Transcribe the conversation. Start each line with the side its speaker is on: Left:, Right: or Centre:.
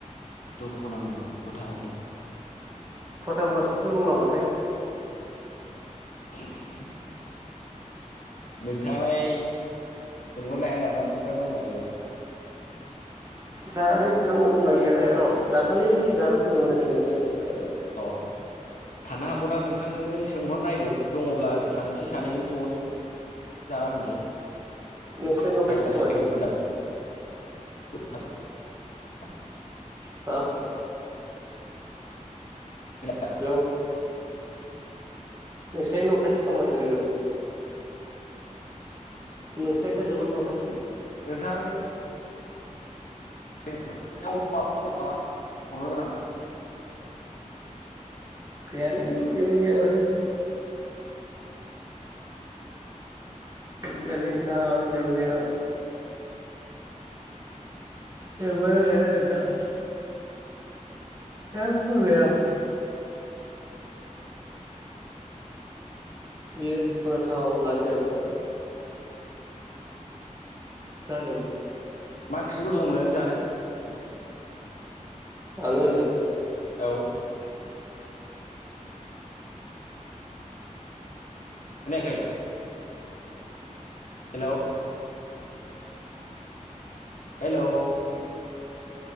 Left: दुखु नांथाव खोथा होनदों
Right: प्रताबमोननावसो दं नामा थाय
Left: <inaudible> नोंथाङालाय सोंहरनो हाया नामा बिसिनाव दंना गैया
Right: जानो बिथांमोननाव दंना गैयाथाय र' दाखालि जाना फैदोंमोन आं खेनसे ओमफाय
Left: अ थानो हागौदां नोंथां नोङो सोंहर नायदो दङब्ला थांनोसै सानैजों ज'नो जाना फैनोसै
Right: नोंसिनि न' खाथि
Left: देहानि
Right: खोमाथो
Left: थाखायबो मोजां <unintelligible>
Right: <unintelligible>
Left: <unintelligible>
Right: हेलौ
Left: <inaudible>
Right: नोंस्रानि न' खाथिखा माथो नोंस्रानिथ' जोबोद न' खाथि
Left: नोंथाङा आंनि <unintelligible> माबाफोर दं नामा हरनो गोनां
Right: गैयालै जेबो गैया माथो
Left: <inaudible>
Right: जेबो गैयालै नोंथां जेबो गैया जेबो गैया नोंथां जेबबो गैया बेयो दुखुनांथाव लाजिनांथाव बाथ्रा खोनादों
Left: मा ओंख्रिखौ गोथाव मोनो नों जानो
Right: आङो
Left: औ खोनायाखै हेलौ हेलौ